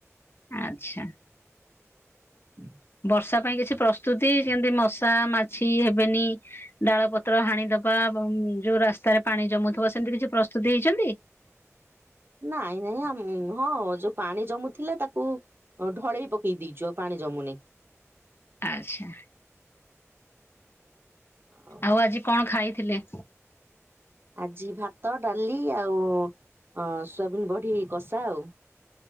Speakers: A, on the left (about 50°); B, on the right (about 45°).
A: ଆଚ୍ଛା
B: ହୁଁ
A: ବର୍ଷା ପାଇଁ କିଛି ପ୍ରସ୍ତୁତି କେମିତି ମଶା ମାଛି ହେବେନି ଡାଳ ପତ୍ର ହାଣି ଦବା ଯୋଉ ରାସ୍ତାରେ ପାଣି ଜମୁଥିବ ସେମିତି କିଛି ପ୍ରସ୍ତୁତି ହେଇଛନ୍ତି
B: ନାଇଁ ନାଇଁ ଆମ ହଁ ଯୋଉ ପାଣି ଜମୁଥିଲା ତାକୁ ଢଳେଇ ପକେଇ ଦେଇଛୁ ପାଣି ଜମୁନି
A: ଆଚ୍ଛା
B: ହ
A: ଆଉ ଆଜି କଣ ଖାଇଥିଲେ?
B: ଆଜି ଭାତ ଡାଲି ଆଉ ଊଁ ସୋୟାବିନ୍ ବଢି କଷା ଆଉ